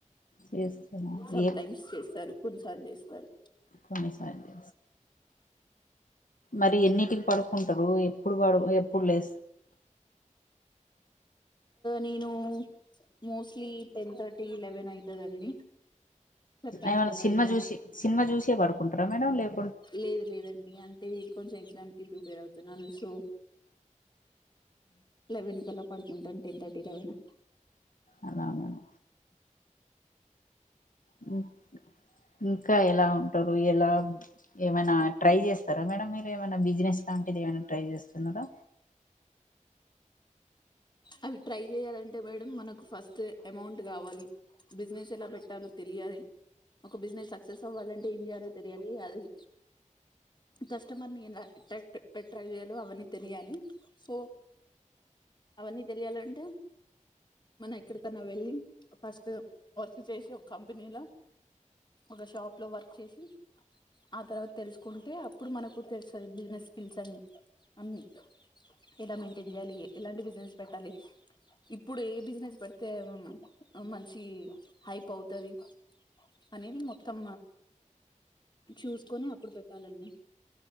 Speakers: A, on the left (about 90°); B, on the left (about 35°).
A: చేస్తదా
B: సమ్
A: ఏ
B: టైమ్స్ చేస్తారు కొన్ని తగ్గేసి మరి
A: కొన్నిసార్లు మరి ఎన్నిటికి పడుకుంటారు ఎప్పుడు పడు ఎప్పుడు లే
B: నేను మోస్ట్లీ టెన్ థర్టీ లెవెన్ అయితదండి చెప్పాను
A: ఏమన్నా
B: కదా
A: సినిమా
B: ఎగ్జామ్
A: చూసి సినిమా చూసి పడుకుం క్రమేణా లేవు
B: లేదు లేదండి అం టే కొంచెం ఎగ్జామ్ కి ప్రిపేర్ అవుతున్నాను సో లెవెన్ కల్లా పడుకుంటను టెన్ థర్టీ కైనా
A: అలా మేడం హ్మ్ ఇంకా ఎలా ఉంటారు ఎలా ఏమైనా ట్రై చేస్తారా మేడం మీరు ఏమైనా బిజినెస్ లాంటిది ఏమైనా ట్రై చేస్తున్నారా
B: అవి ట్రై చేయాలంటే మేడం మనకు ఫస్ట్ అమౌంట్ కావాలి బిజినెస్ ఎలా పెట్టాలో తెలియాలి ఒక బిజినెస్ సక్సెస్ అవ్వాలంటే ఏం చేయాలో తెలియాలి అది కస్టమర్ ని ఎలా ఎట్రాక్ట్ పె ట్రాక్ చేయాలో అవన్నీ తెలియాలి సో అవన్నీ తెలియాలంటే మనం ఎక్కడికన్నా వెళ్ళి ఫస్ట్ వర్క్ చేసి ఒక కంపెనీలో ఒక షాప్లో వర్క్ చేసి ఆ తర్వాత తెలుసుకుంటే అప్పుడు మనకు తెలుస్తుంది బిజినెస్ స్కిల్స్ అన్ని అన్నీ ఎలా మెయింటైన్ చేయాలి ఎలాంటి బి బిజినెస్ పెట్టాలి ఇప్పుడు ఏ బిజినెస్ పెడితే మంచి హైప్ అవుతది అనేది మొత్తం చూసుకొని అప్పుడు పెట్టాలండి.